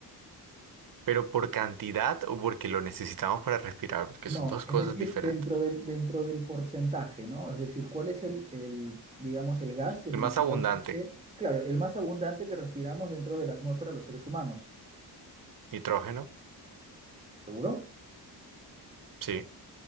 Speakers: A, on the right; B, on the right.
A: Pero por cantidad o porque lo necesitamos para respirar, porque
B: No,
A: son dos
B: es
A: cosas
B: decir,
A: diferentes.
B: dentro del, dentro del porcentaje, ¿no? Es decir, ¿cuál es el, el, digamos, el gas que
A: El
B: principalmente,
A: más abundante,
B: claro, el más abundante que respiramos dentro de la atmósfera los seres humanos?
A: nitrógeno,
B: ¿Seguro?
A: sí,